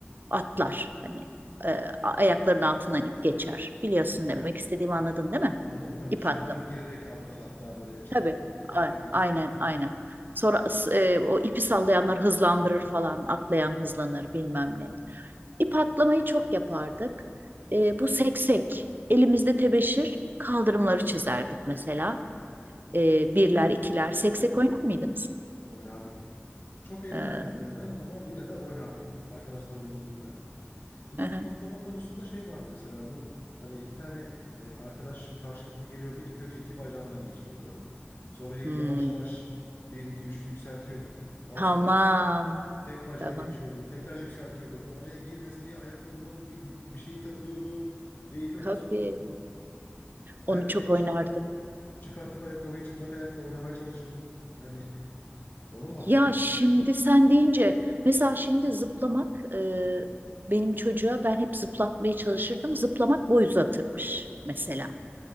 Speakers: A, on the right; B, on the left.
A: atlar hani e, ayaklarının altından ip geçer biliyorsun demek istediğimi anladın değil mi?
B: Anladım ya.
A: İp
B: Dışarıdan
A: attım
B: girerek atlar hatta böyle çıkar.
A: tabii
B: Tekrar
A: A-
B: birisi
A: aynen
B: girer.
A: aynen. Sonra s- e, o ipi sallayanlar hızlandırır falan atlayan hızlanır bilmem ne. İp atlamayı çok yapardık. E, bu seksek. Elimizde tebeşir kaldırımları çizerdik mesela. E, birler, ikiler. Seksek oynar mıydınız?
B: Oynardık. Çok eğlenemezdim
A: E,
B: ben ama yine de oynardım. Arkadaşlarım huzuruyla. Bir
A: <laughs>
B: de ip atlama konusunda şey vardı mesela bu hani iki tane e, arkadaş karşılıklı geliyordu. İlk önce iki bacağından geçiriyordu. Sonra y-
A: hmm,
B: yavaş yavaş bir iki üçlü yükseltiyordu. Daha
A: tamam.
B: sonra tek bacağı
A: Tamam.
B: geçiyordu. Tekrar yükseltiyordu. O araya girmesi ya ayakkabının bir, bir şeyi takılıyordu ya ipe
A: Tabii.
B: basıyordun falan. Ayakkabıyı
A: Onu çok oynardım.
B: Çıkartıp ayakkabıyı çıplak ayakla oynamaya çalışırdık. Yani onu da hatırlıyorum.
A: Ya şimdi sen deyince mesela şimdi zıplamak e, benim çocuğa ben hep zıplatmaya çalışırdım. Zıplamak boy uzatırmış mesela.